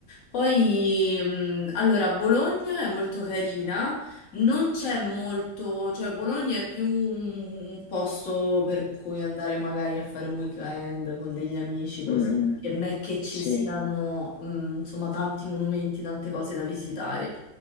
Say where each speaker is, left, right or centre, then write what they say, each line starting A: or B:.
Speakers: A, on the left; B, on the left.
A: Poi, mh, allora, Bologna è molto carina, non c'è molto, cioè Bologna è più un, un posto per cui andare magari a fare un weekend con degli amici
B: mm,
A: così.
B: mm,
A: che Non è che ci
B: sì.
A: siano, mh, insomma, tanti monumenti, tante cose da visitare.